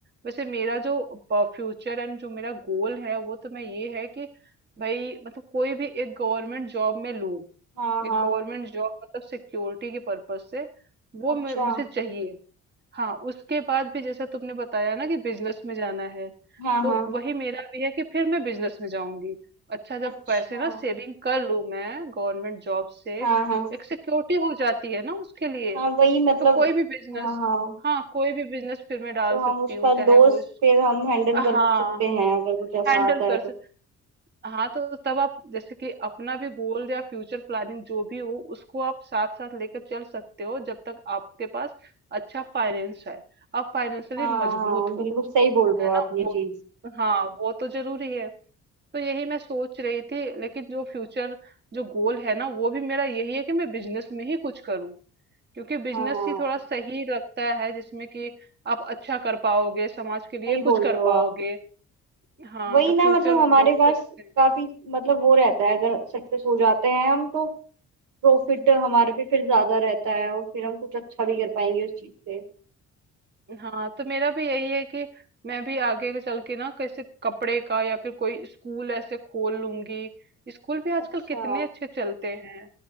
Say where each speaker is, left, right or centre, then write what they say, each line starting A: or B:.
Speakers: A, on the right (about 35°); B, on the right (about 85°).
A: वैसे मेरा जो फ्यूचर एंड जो मेरा गोल है वो तो मैं ये है कि भाई मतलब कोई भी एक गवर्नमेंट जॉब में लूँ
B: हाँ हाँ
A: एक गवर्नमेंट जॉब मतलब सिक्योरिटी के पर्पज से वो
B: अच्छा
A: मैं- मुझे चाहिए हाँ उसके बाद भी जैसा तुमने बताया ना कि बिजनेस में जाना है
B: हाँ
A: तो
B: हाँ
A: वही मेरा भी है कि फिर मैं बिजनेस में जाऊंगी अच्छा जब
B: अच्छा
A: पैसे ना सेविंग कर लूं मैं गवर्नमेंट जॉब से
B: हाँ हाँ
A: एक सिक्योरिटी हो जाती है ना उसके लिए
B: हाँ वही मतलब
A: तो कोई भी बिजनेस
B: हाँ हाँ
A: हाँ कोई भी बिजनेस फिर मैं डाल
B: तो
A: सकती
B: हम उसका
A: हूँ
B: लॉस
A: चाहे वो इस,
B: फिर हम हैंडल
A: हाँ
B: कर सकते हैं अगर कुछ ऐसा
A: हैंडल
B: आता
A: कर
B: है तो
A: हाँ तो तब आप जैसे कि अपना भी गोल या फ्यूचर प्लानिंग जो भी हो उसको आप साथ साथ लेकर चल सकते हो जब तक आपके पास अच्छा फाइनेंस है आप फाइनेंशियली
B: हाँ
A: मजबूत
B: हाँ
A: हो
B: बिल्कुल सही बोल रहे
A: है
B: हो आप
A: ना
B: ये
A: वो
B: चीज
A: हाँ वो तो जरूरी है तो यही मैं सोच रही थी लेकिन जो फ्यूचर जो गोल है ना वो भी मेरा यही है कि मैं बिजनेस में ही कुछ करूँ क्योंकि बिजनेस
B: हाँ
A: ही थोड़ा सही लगता है जिसमें कि आप अच्छा कर पाओगे समाज के लिए
B: सही बोल
A: कुछ कर
B: रहे हो
A: पाओगे
B: आप
A: हाँ
B: वही
A: तो
B: ना
A: फ्यूचर
B: मतलब हमारे
A: गोल तो
B: पास
A: ऐसे
B: काफी मतलब वो रहता है अगर सक्सेस हो जाते हैं हम तो प्रॉफिट हमारे पे फिर ज्यादा रहता है और फिर हम कुछ अच्छा भी कर पाएंगे उस चीज से
A: हाँ तो मेरा भी यही है कि मैं भी आगे के चल के ना कैसे कपड़े का या फिर कोई स्कूल ऐसे खोल लूंगी स्कूल भी आजकल
B: अच्छा
A: कितने अच्छे चलते हैं